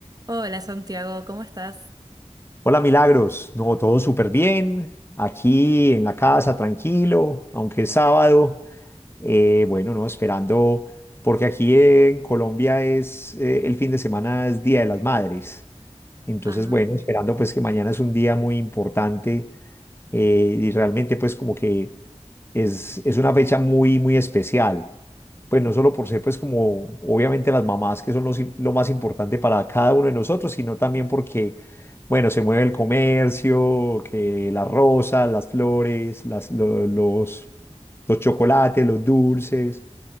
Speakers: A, on the right (about 35°); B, on the left (about 20°).
A: Hola Santiago, ¿cómo estás?
B: Hola Milagros, no, todo súper bien, aquí en la casa, tranquilo, aunque es sábado, eh, bueno, no, esperando, porque aquí en Colombia es, eh, el fin de semana es Día de las Madres, entonces
A: Ah,
B: bueno, esperando pues que mañana es un día muy importante eh, y realmente pues como que es, es una fecha muy, muy especial pues no solo por ser, pues como obviamente las mamás, que son los im- lo más importante para cada uno de nosotros, sino también porque, bueno, se mueve el comercio, que las rosas, las flores, las, lo- los, los chocolates, los dulces,